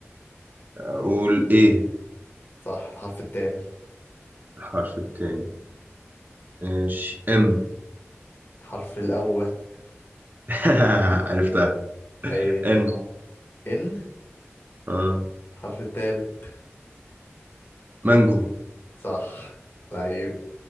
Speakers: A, on the right; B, on the left.
A: اقول ايه
B: صح الحرف التاني
A: الحرف التاني ماشي ام
B: الحرف الاول
A: <laughs> عرفتها
B: ايه
A: ان
B: ان
A: اه
B: الحرف التالت
A: مانجو
B: صح لعيب